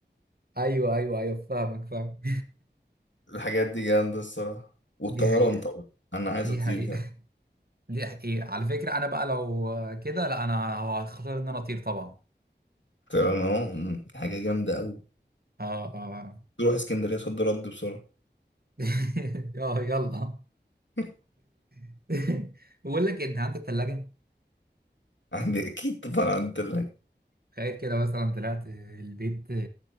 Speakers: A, on the right; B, on the left.
A: ايوه ايوه ايوه فاهمك فاهم
B: الحاجات دي جامده الصراحه
A: <laughs>
B: والطيران
A: دي حقيقة
B: طبعا انا عايز
A: دي
B: اطير
A: حقيقة
B: يعني
A: <laughs> دي حقيقة على فكرة انا بقى لو كده لا انا هو هختار ان انا اطير طبعا
B: الطيران اهو مم، حاجه جامده قوي
A: اه اه
B: تروح اسكندريه صد رد بسرعه
A: <laughs> اه يلا
B: <laughs>
A: <laughs> بقول لك إيه، انت عندك ثلاجة
B: عندي اكيد طبعا عندي تلاجة
A: تخيل كده مثلا طلعت البيت